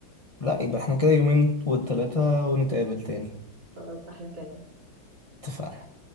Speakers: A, on the left; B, on the right.
A: لا يبقى احنا كده يومين والتلاتة ونتقابل تاني
B: خلاص احلى كلام
A: اتفقنا